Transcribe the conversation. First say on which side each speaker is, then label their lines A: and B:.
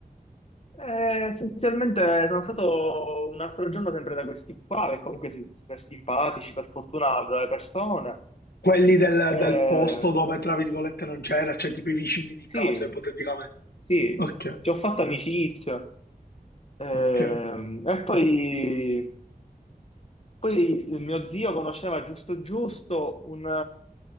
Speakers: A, on the left (about 40°); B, on the left (about 90°).
A: Eh, essenzialmente sono stato un altro giorno sempre da questi qua, che comunque sono super simpatici, per fortuna brave persone.
B: Quelli del,
A: Eh,
B: del posto dove, tra virgolette, non c'era, cioè tipo i vicini di
A: Sì,
B: casa, ipoteticamente.
A: sì,
B: Ok,
A: ci ho fatto amicizia. Ehm,
B: ok,
A: e poi poi il mio zio conosceva giusto giusto, un, eh,